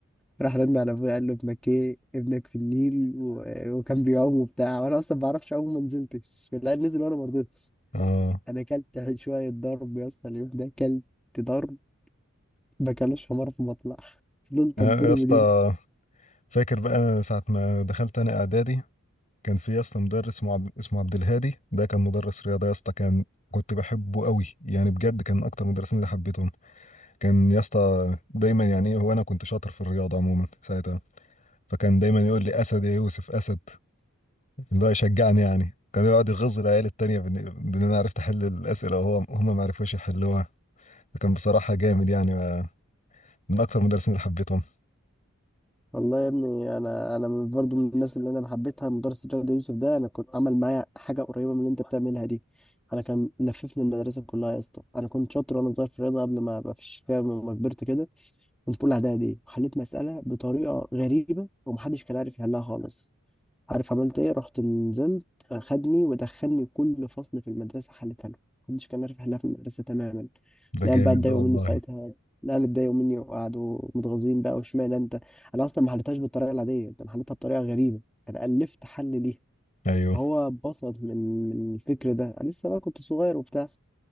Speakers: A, in the centre; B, on the left (about 35°).
A: راح رن على ابويا قال له ابنك ايه ابنك في النيل و... وكان بيعوم وبتاع وانا اصلا ما بعرفش اعوم ما نزلتش لا نزل وانا ما رضيتش
B: اه
A: انا اكلت <laughs> شويه ضرب يا اسطى اليوم ده اكلت ضرب ما كانوش حمار في مطلع فضلت
B: آه،
A: اتضرب
B: يا اسطى
A: اليوم
B: فاكر بقى أنا ساعه ما دخلت انا اعدادي كان في يا اسطى مدرس اسمه عبد اسمه عبد الهادي ده كان مدرس رياضه يا اسطى كان كنت بحبه قوي يعني بجد كان اكتر مدرسين اللي حبيتهم كان يا اسطى دايما يعني إيه، هو انا كنت شاطر في الرياضه عموما ساعتها فكان دايما يقول لي اسد يا يوسف اسد اللي هو يشجعني يعني كان يقعد يغز العيال التانية بإن بإن أنا عرفت أحل الأسئلة وهو هم ما عرفوش يحلوها فكان بصراحة جامد يعني ما- من أكتر المدرسين اللي حبيتهم
A: والله يا ابني انا انا من- برضو من الناس اللي انا حبيتها مدرس الرياضه يوسف ده انا كنت عمل معايا حاجه قريبه من اللي انت بتعملها دي انا كان لففني المدرسه كلها يا اسطى انا كنت شاطر وانا صغير في الرياضه قبل ما ابقى في الشكايه لما كبرت كده كنت في اولى اعدادي وحليت مساله بطريقه غريبه ومحدش كان عارف يحلها خالص عارف عملت ايه رحت نزلت خدني ودخلني كل فصل في المدرسه حلتها له محدش كان عارف يحلها في المدرسه تماما
B: ده
A: العيال
B: جامد
A: بقى اتضايقوا
B: ده والله
A: مني ساعتها العيال اتضايقوا مني وقعدوا متغاظين بقى واشمعنى انت انا اصلا ما حلتهاش بالطريقه العاديه ده انا حلتها بطريقه غريبه انا الفت حل ليها
B: أيوه
A: فهو اتبسط من من الفكر ده انا لسه بقى كنت صغير وبتاع